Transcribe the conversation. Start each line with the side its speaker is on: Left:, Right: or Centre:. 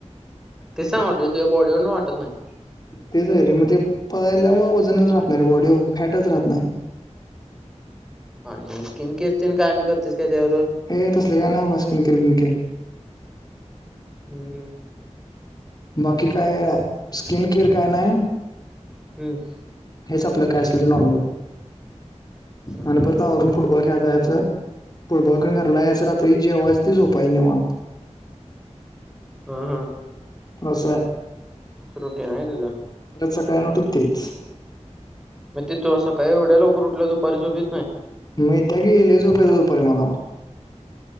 Centre: ते सांग वाटे तुझ्या बॉडीवर न वाटतं नाही.
Left: तेच आहे रे मग ते पयल्या म वजनच राहत नाही रे बॉडी हो फॅटच राहत नाही.
Centre: आणि स्किन केअर तेन काय आणि करतेस काय त्या बरोबर.
Left: हे तसले काय ना बा स्किन केअर बीन केअर.
Centre: हम्म हम्म.
Left: बाकी काय स्किन केअर काय नाय.
Centre: हम्म.
Left: हेच आपलं काय असेल ते नॉर्मल
Centre: हा
Left: आणि
Centre: हा
Left: परत त्या वरून फुटबॉल खेळाय जायचं फुटबॉल खेळून घरला यायच रात्री जेवायचं ते झोपायं निवांत.
Centre: हा हा.
Left: असं आहे.
Centre: रुटीन आहे तुझा.
Left: परत सकाळ आन उठून तेच.
Centre: मग ती तू अ सकाळी एवढ्या लवकर उठल्या दुपारी झोपीत नाही.
Left: माहीत्या गेलीज झोपायला दोपारी मला.